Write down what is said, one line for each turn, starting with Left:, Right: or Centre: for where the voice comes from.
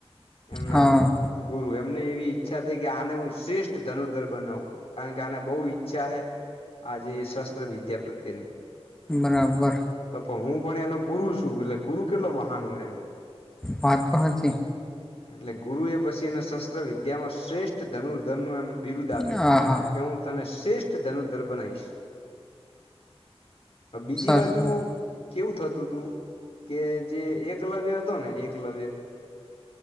Left: એમના
Centre: હા
Left: ગુરુ એમને એવી ઈચ્છા થઈ કે આને હું શ્રેષ્ઠ ધનુર્ધર બનાવું. કારણ કે આને બહુ ઈચ્છા હૈ. આજે શસ્ત્ર વિદ્યા પ્રત્યેની.
Centre: બરાબર.
Left: તો પણ હું પણ એનો ગુરુ છું, એટલે ગુરુ કેટલો મહાન હોય એમ.
Centre: વાત તો હાચી.
Left: એટલે ગુરુ એ પછી એને શસ્ત્ર વિદ્યામાં શ્રેષ્ ષ્ઠ ધનુર્ધરનું એમ બિરુદ્ધ આપ્યું.
Centre: હા હા
Left: કે હું તને શ્રેષ્ઠ ધનુર્ધર બનાઈશ. હવે બીજી
Centre: સાચી
Left: બાજું
Centre: વાત
Left: કેવું થતું ત તું કે જે એકલવ્ય હતો ને એકલવ્ય.